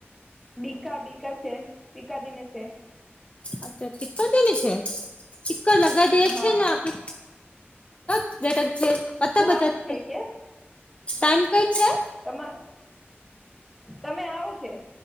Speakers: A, in the centre; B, on the left.
A: બીકા બીકા છે બકાદીને છે
B: અચ્છા ચીકર તેની છે ચીક્કર લગાવ દેએ
A: હા
B: છે ને આપડે કબ બેટ જ છે કત
A: હું
B: બજત
A: આવો
B: છે
A: કે
B: ટાઈમ કઈ છે
A: તમા તમે આવો છે